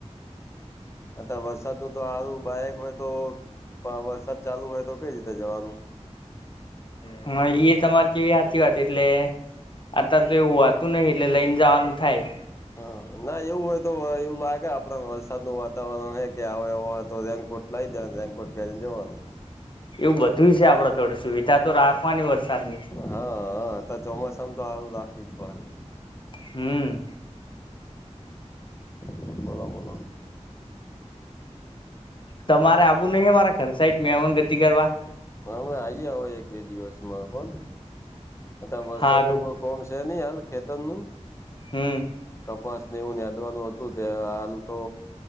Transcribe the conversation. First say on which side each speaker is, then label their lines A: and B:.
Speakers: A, on the left; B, on the left.
A: અતાર વરસાદ નું તો હારું બાાયક હોય તો પણ વરસાદ ચાલુ હોય તો કઈ રીતે જવાનું
B: <inaudible> હા એ તમારે કેવી સાચી વાત એટલે અત્યારે તો એવું વાતું નહિ એટલે લઈને જવાનું થાય.
A: હા ના એવું હોય તો એવું લાગે આપડે વરસાદ નું વાતાવરણ <unintelligible> આવ એવો હોય તો કોર્ટ લાવી દેવાનું કોર્ટ પહેરિને જવાનું.
B: એવું બધું છે આપણેે થોડી સુવિધા તો રાખવાની વરસાદ
A: હા હ તો ચોમાસામાં તો આ રાખી જ પડે.
B: હમ્મ.
A: બોલો બોલો
B: તમારે આવું નહિ મારા ઘર સાાઈડ મેવન ગતિ કરવા
A: હમે આઇએ હો એક બે દિવસમાં કોણ અતાર વરસાદ
B: હારું
A: નું કોક કોમ છે ને હાલ ખેતરનું
B: હમ.
A: કપાસને એવું યાદવાનું હતું ત્યારે હાલ તો